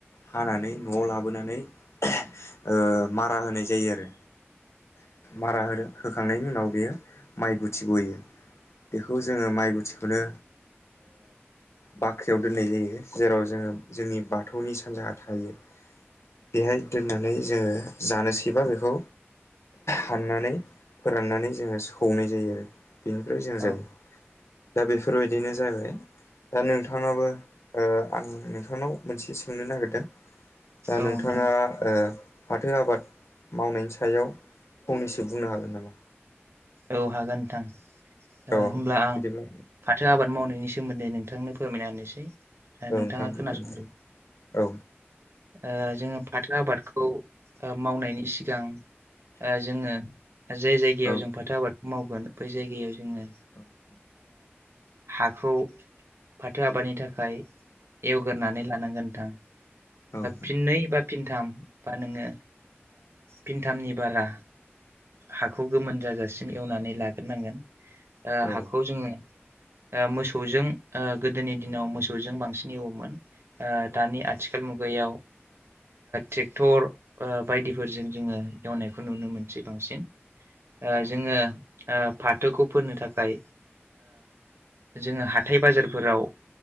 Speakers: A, on the left (about 85°); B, on the right (about 65°).
A: हानानै न'आव लाबोनानै ओ मारा होनाय जायो आरो मारा हो होखांनायनि उनाव बेयो माइ गुथि बयो बेखौ जोंङो माइ मुथिखौनो बाख्रियाव दोननाय जायो जेराव जोंङो जोंनि बाथौनि सानजाहा थायो। बेहाय दोननानै जोंङो जानोसैबा बेखौ हाननानै फोराननानै जोंङो सौनाय जायो आरो बेनिफ्राय जों
B: औ
A: जायो दा बेफोरबायदिनो जाबाय दा नोंथांङाबो आं नोंथांनाव मोनसे सोंनो नागिरदों। दा
B: नोंथां
A: नोंथांङा फाथो आबाद मावनायनि सायाव फंनैसो बुंनो हागोन नामा
B: औ हागोन नोंथां
A: औ
B: होमब्ला आं
A: बिदिब्ला
B: फाथो आबाद मावनायनि सोमोन्दै नोंथांनो फोरमायना होनोसै द
A: औ
B: नोंथांङा
A: नोंथां बुंदो
B: खोनासंदो
A: नोंथां औ
B: ओ जोङो फाथो आबादखौ मावनायनि सिगां जोंङो जाय जायगायाव
A: औ
B: जों फाथो आबादखौ मावो बै जायगायाव जोंङो
A: औ
B: हाखौ फाथो आबादनि थाखाय एवगोरानै लानांगोन नोंथां
A: औ
B: फिननै बा फिनथाम बा नोंङो फिनथामनि बारा हाखौ गोमोन जायगासिम एवनानै लाग्रोनांगोन
A: औ
B: हाखौ जोंङो मोसौजों गोदोनि दिनाव मोसौजों बांसिन एवोमोन
A: औ
B: दानि आथिखाल मुगायाव ट्रेक्टर बायदिफोरजों जोंङो एवनायखौ नुनो मोनसै बांसिन
A: नंगौ
B: जोंङो फाथोखौ फोनो थाखाय जोंङो हाथथाय बाजारफोराव